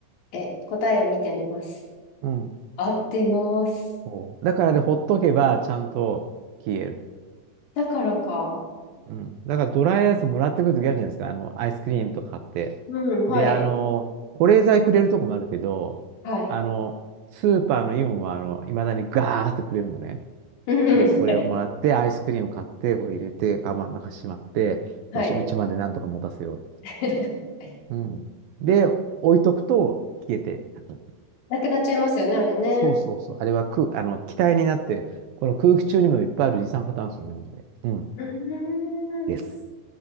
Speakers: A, on the left; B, on the right.
A: え、答えを見てみます。
B: うん。
A: 合ってます。
B: そうだからで、ほっとけばちゃんと消える。
A: だからか。
B: うん。だからドライアイスもらってくるときあるじゃないですか。あの、アイスクリームとか買って。
A: うん、はい。
B: で、あの、保冷剤くれるとこもあるけど、
A: はい。
B: あの、スーパーのイオンは、あの、いまだにガーってくれるのね。
A: うん、
B: で、それをもらって、
A: はい。
B: アイスクリーム買って、こう入れて、カバンの中しまって、
A: はい。
B: よし、うちまでなんとか持たせよ
A: <laughs> はい
B: う。うん。で、置いとくと消えてなくなる。
A: なくなっちゃいますよね、あれね。
B: そうそうそう。あれは空、あの、気体になって、この空気中にもいっぱいある二酸化炭素なので。うん。
A: うーん。
B: です。